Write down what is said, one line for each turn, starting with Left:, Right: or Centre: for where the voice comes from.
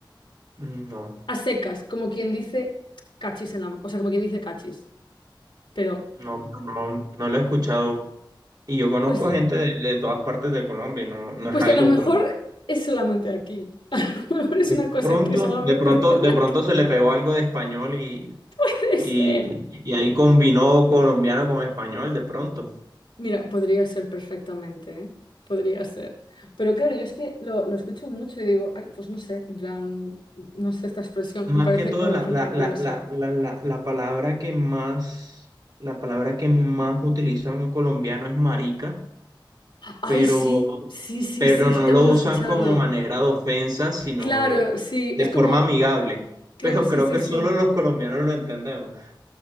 Right: No,
Left: A secas, como quien dice cachis en la... O sea, como quien dice cachis. Pero
Right: no, pero no, no lo he escuchado. Y yo conozco
Left: Pues,
Right: gente de, de todas partes de Colombia y no, no
Left: pues
Right: es algo
Left: a lo mejor
Right: común.
Left: es solamente aquí. <laughs> A lo mejor es
Right: De
Left: una cosa
Right: pronto,
Left: que solamente
Right: de pronto,
Left: <laughs> ven
Right: de
Left: aquí.
Right: pronto se le pegó algo de español y,
Left: puede
Right: y,
Left: ser.
Right: y ahí combinó colombiano con español, de pronto.
Left: Mira, podría ser perfectamente, ¿eh? Podría ser. Pero claro, yo es que lo, lo escucho mucho y digo, ay, pues no sé, en plan, no sé esta expresión,
Right: Más
Left: me parece
Right: que todo,
Left: como
Right: la,
Left: súper
Right: la,
Left: curiosa.
Right: la, la, la, la, la palabra que más, la palabra que más utiliza un colombiano es marica,
Left: Ay,
Right: pero,
Left: sí, sí, sí,
Right: pero
Left: sí, eso
Right: no
Left: también
Right: lo usan
Left: lo he escuchado.
Right: como manera de ofensa, sino
Left: Claro, sí,
Right: de
Left: es
Right: forma
Left: como,
Right: amigable.
Left: claro,
Right: Pero
Left: sí,
Right: creo
Left: sí,
Right: que
Left: sí.
Right: solo los colombianos lo entendemos.